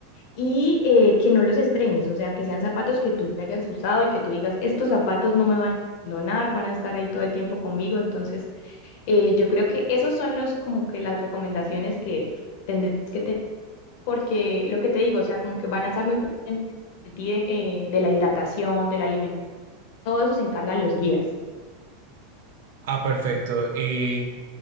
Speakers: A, on the left; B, on the right.
A: y eh, que no los estrenes, o sea, que sean zapatos que tú ya hayas usado y que tú digas, estos zapatos no me van a abandonar, van a estar ahí todo el tiempo conmigo, entonces eh, yo creo que esos son los como que las recomendaciones que tendrías que tener porque lo que te digo, o sea, como que van a estar muy pendientes de ti, de, eh, de la hidratación, del alimento, todo eso se encargan los guías.
B: Ah, perfecto. Y